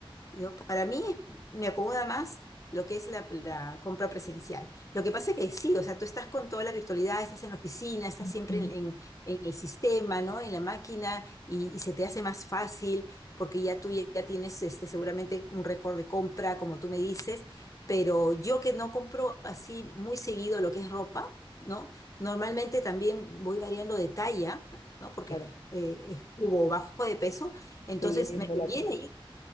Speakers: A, on the left (about 35°); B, on the left (about 80°).
A: ¿no? Para mí me acomoda más lo que es la, la compra presencial. Lo que pasa es que sí, o sea, tú estás con toda la virtualidad, estás en la oficina, estás
B: Mm,
A: siempre en, en- en el sistema, ¿no? En la máquina y, y se te hace más fácil porque ya tú ya, ya tienes este, seguramente un récord de compra, como tú me dices, pero yo que no compro así muy seguido lo que es ropa, ¿no? Normalmente también voy variando de talla, ¿no? Porque
B: Claro,
A: eh, subo o bajo de peso, entonces
B: sí, es bien
A: me
B: volátil.
A: conviene